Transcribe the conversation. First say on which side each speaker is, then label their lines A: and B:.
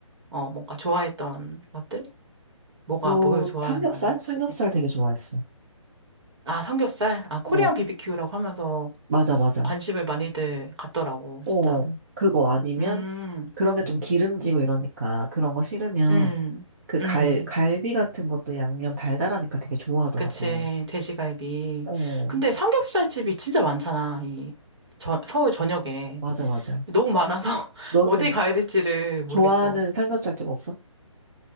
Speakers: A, on the right; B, on the right.
A: 어, 뭔가 좋아했던 것들? 뭐가
B: 그,
A: 뭘 좋아할
B: 삼겹살?
A: 만한지.
B: 삼겹살 되게 좋아했어.
A: 아, 삼겹살? 아, 코리안
B: 어,
A: 비비큐라고 하면서
B: 맞아, 맞아.
A: 관심을 많이들 갖더라고,
B: 어,
A: 진짜.
B: 그거 아니면
A: 음,
B: 그런 게 좀 기름지고 이러니까 그런 거 싫으면
A: 음,
B: 그 갈,
A: 음.
B: 갈비 같은 것도 양념 달달하니까 되게 좋아하더라고.
A: 그치, 돼지갈비.
B: 어,
A: 근데 삼겹살 집이 진짜 많잖아, 이 저, 서울 전역에.
B: 맞아, 맞아.
A: 너무 많아서 <laughs>
B: 너는
A: 어디 가야 될지를 모르겠어.
B: 좋아하는 삼겹살집 없어?